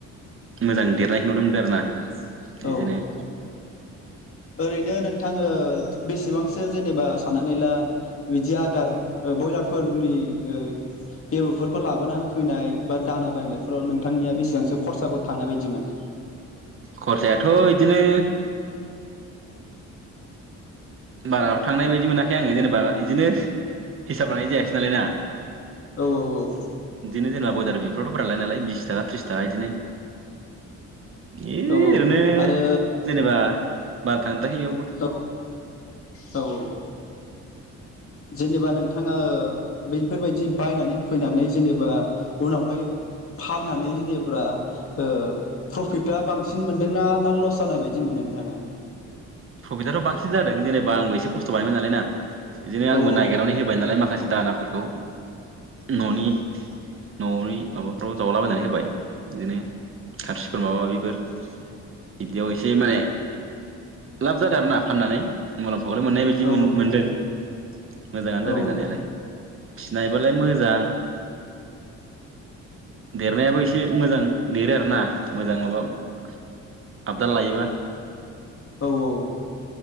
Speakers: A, on the right (about 45°); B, on the left (about 45°).
A: मोजां देरनायखौ नुदोंमोनदों आरोना बिदिनो
B: औ
A: <inaudible>
B: ओरैनो नोंथाङो बेसेबांसो जेनेबा साननानै ला बिदि आदार ओ ब्रयलारफोरनि ओ बेब'फोरखौ लाबोना होफैनाय बा दाना बायनायफोराव नोंथांनिया बेसेबांसो खरसाफोर थांनाय बायदि मोनो?
A: खरसायाथ' इदिनो बारााव थांनाय बायदि मोनाखै आङो जेनेबा बिदिनो हिसाब लानाय जायासै नालाय ना
B: औ औ औ
A: बिदिनो जेनबा ब्रयलार बिफोरावथ' बाललाय नालाय बिस थाखा त्रिस थाखा बिदिनो इ
B: औ
A: ओरैनो
B: आरो
A: जेनेबा बारा थांद्राखै इयावबो
B: औ औ औ जेनेबा नोंथाङा बेैफोरबायदि बायनानै होफैनानै जेनेबा उनावहाय फाननानै जेनेब्रा ओ प्रफिटा बांसिन मोनदोंना ना लस जानाय बायदि मोनो नोंथाङा?
A: प्रफिटआथ' बांसिन जादों जेनेबा आंबोसे खस्थ' बानायबायमोन नालाय ना बिदिनो आंबो
B: औ
A: नायगेर दाउनि होबाय नालाय माखासे दानाफोरखौ न'नि न'नि माबाफ्राव जावलाबायनानै होबाय बिदिनो खारसिफोर माबा माबिफोर बिदियाव एसे माने लाब जादों आरो ना फाननानै मुलाम्फााय मोननाय बायदि
B: औ
A: मोनदों। मोजाङानो
B: औ
A: जादों जानायालाय फिसिनो हायोबालाय मोजां देरनायाबो एसे मोजां देरो आरोना मोजां माबा आपडा लायोबा
B: औ औ